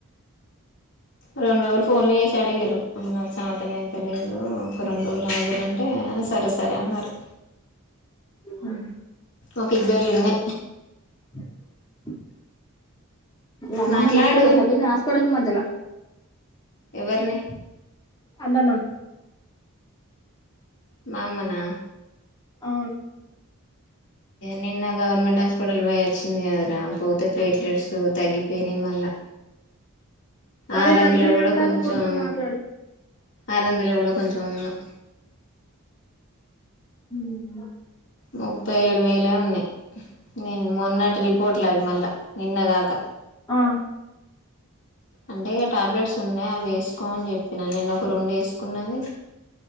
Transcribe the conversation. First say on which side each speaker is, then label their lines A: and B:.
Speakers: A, on the left; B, on the left.
A: రెండు రోజులు ఫోన్లు చేసి అడిగరు అమ్ నాకు చాతనైతలేదు ఒక రెండు రోజులు అడుగురంటే సరే సరే అన్నారు
B: ఉహు
A: ఒక ఇద్దరి ఉన్నయి
B: గుబ్ గుబ్ ఇల అమ్మమ్మ
A: మాట్లాడు
B: తీసుకపోయిలే పిన్ని ఆస కొడల్కు మధ్యలా
A: ఎవరిని
B: అమ్మమా
A: మా అమ్మ నా
B: ఆ
A: నిన్న గవర్నమెంట్ హాస్పిటల్ పోయాచ్చింది కద రా పోతే ప్లేట్లెట్స్ తగ్గిపోయినాయి మళ్ళా
B: అదే
A: ఆరంధాల
B: తగ్గిపోయినాయి
A: కూడా
B: అంటాంది
A: కొంచం
B: పొద్దున మాట్లాడి
A: ఆరందలో కూడా కొంచెం ఉన్నా
B: హు
A: ముప్పై ఏడు వేలే ఉన్నాయి నేను మొన్నటి రిపోర్ట్లది మళ్ళా నిన్న గాక
B: ఆ
A: అంటే ఇక టాబ్లెట్స్ ఉన్నాయి అవి వేసుకోమని చెప్పినా నిన్నా ఒక రెండు వేసుకున్నది